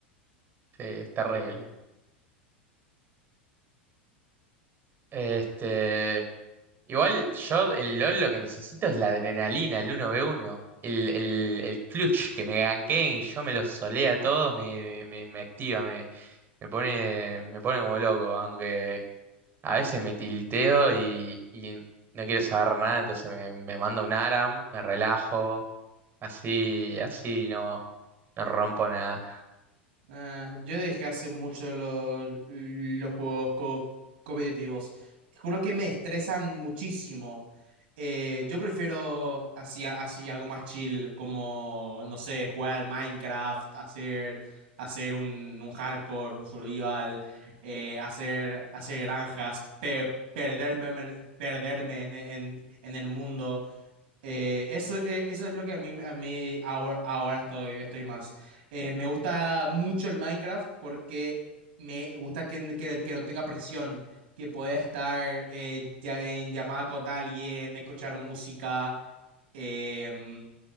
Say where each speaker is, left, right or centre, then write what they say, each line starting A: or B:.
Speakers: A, on the right (about 35°); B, on the right (about 65°).
A: Sí, es terrible. Este, Igual yo en LOL lo que necesito es la adrenalina, el uno v uno el, el, el clutch, que me ganqueen y yo me los solea a todos, me, me, me activa, me, me pone, me pone como loco, aunque a veces me tilteo y, y no quiero saber nada, entonces me, me mando un ARAM, me relajo, así, así no, no rompo nada.
B: Ah, yo dejé hace mucho los, los juegos co- competitivos. Te juro que me estresan muchísimo. Eh, yo prefiero así, así algo más chill, como, no sé, jugar al Minecraft, hacer, hacer un, un hardcore, un survival, eh, hacer, hacer granjas, pe- perderme, en el- perderme en, en, en el mundo. Eh, eso, eh, eso es lo que a mí, a mí ahora, ahora estoy, estoy más. Eh, me gusta mucho el Minecraft porque me gusta que, que, que no tenga presión, que pueda estar eh, ya en llamada con alguien, escuchar música, em,